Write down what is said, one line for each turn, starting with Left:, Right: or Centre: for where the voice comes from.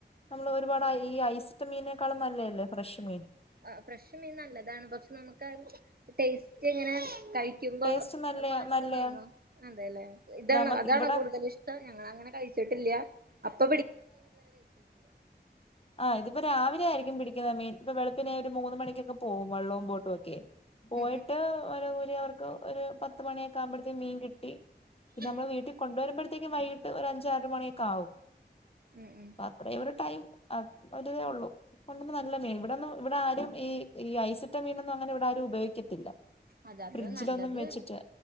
Left: നമ്മള് ഒരുപാട് ഈ ഐസിട്ട മീനേക്കാളും നല്ലയല്ലേ ഫ്രഷ് മീൻ
Right: ആ ഫ്രഷ് മീൻ നല്ലതാണ്. പക്ഷെ നമ്മക്കത് ടേസ്റ്റ് എങ്ങനെ? <unintelligible>
Left: ടേസ്റ്റ് നല്ലയാ നല്ലയാ നമുക്ക് ഇവിടെ
Right: ഇല്ലാ അപ്പോ
Left: ആ ഇതിപ്പോ രാവിലെ ആയിരിക്കും പിടിക്കുന്ന മീൻ ഇപ്പോ വെളുപ്പിന് ഒരു മൂന്ന് മണിക്കൊക്കെ പോകും വള്ളോം ബോട്ടും ഒക്കെയ് പോയിട്ട്
Right: ഉം
Left: ഓര ഊ അവർക്ക് ഒരു പത്ത് മണിയൊക്കെ ആവുമ്പടത്തേ മീൻ കിട്ടി പിന്നമ്മള്
Right: ഉം
Left: വീട്ടി കൊണ്ടുവരുമ്പട് ത്തേക്കും വൈയീട്ട് ഒരു അഞ്ചാറ് മണിയൊക്കെ ആവും.
Right: ഉം ഉം
Left: പ്പ അത്രേം ഒരു ടൈം അ ഒരിതേ ഉള്ളൂ ഇപ്പ തന്നെ നല്ല മീൻ ഇവിടെന്ന് ഇവിടെ ആരും ഈ ഈ ഐസിട്ട മീനൊന്നും അങ്ങനെ ഇവിടെ ആരും ഉപയോഗിക്കത്തില്ല
Right: അതത്
Left: ഫ്രിഡ്ജിലൊന്നും
Right: നല്ലത്
Left: വെച്ചിട്ട്